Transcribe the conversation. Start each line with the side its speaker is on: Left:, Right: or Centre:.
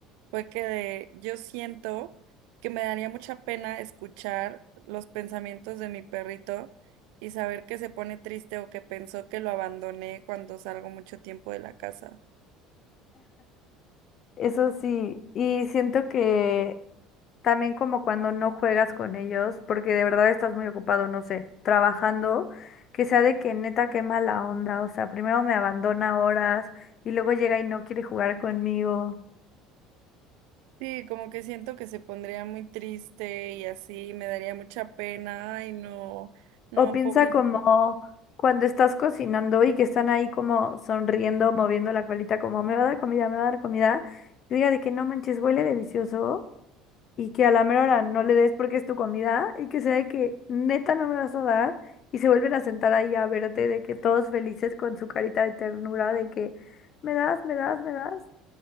Right: fue que de- yo siento que me daría mucha pena escuchar los pensamientos de mi perrito y saber que se pone triste o que pensó que lo abandoné cuando salgo mucho tiempo de la casa.
Left: Eso sí, y siento que también como cuando no juegas con ellos, porque de verdad estás muy ocupado, no sé, trabajando, que sea de que neta qué mala onda, o sea, primero me abandona horas y luego llega y no quiere jugar conmigo.
Right: Sí, como que siento que se pondría muy triste y así me daría mucha pena. Ay, no, no,
Left: O piensa
Right: pobrecito.
Left: como cuando estás cocinando y que están ahí como sonriendo, moviendo la colita, como me va a dar comida, me va a dar comida, y diga de que no manches, huele delicioso. y que a la mera hora no le des porque es tu comida y que sea de que neta no me vas a dar y se vuelven a sentar ahí a verte de que todos felices con su carita de ternura de que me das, me das, me das.